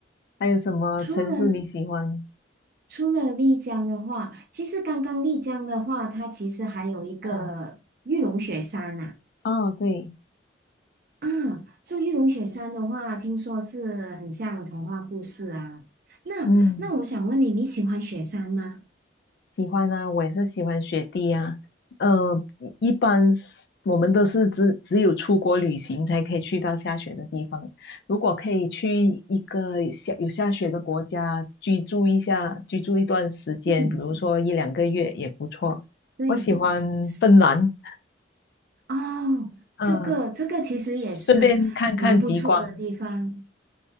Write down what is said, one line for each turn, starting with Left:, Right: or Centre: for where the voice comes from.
Left: 还有什么城市你喜欢？
Right: 除了除了丽江的话，其实刚刚丽江的话，它其实还有一个玉龙雪山呐、
Left: 嗯，
Right: 啊。
Left: 哦，对，
Right: 啊，说玉龙雪山的话，听说是很像童话故事啊。那那我想问你，
Left: 嗯。
Right: 你喜欢雪山吗？
Left: 喜欢啊，我也是喜欢雪地啊。呃，一般是我们都是只只有出国旅行才可以去到下雪的地方。如果可以去一个下有下雪的国家居住一下，居住一段时间，
Right: 嗯，
Left: 比如说一两个月也不错。
Right: 对。
Left: 我喜欢芬兰，
Right: 是。哦，
Left: 嗯，
Right: 这个这个其实也是
Left: 顺便看看极光，
Right: 不错的地方，